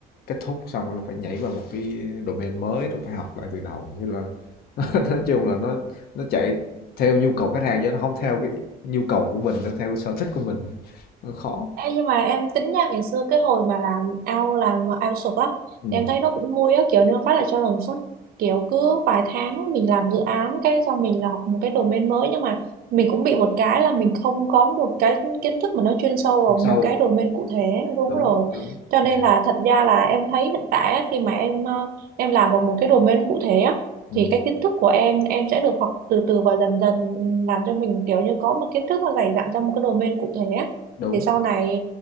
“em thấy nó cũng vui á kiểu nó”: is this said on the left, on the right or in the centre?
Right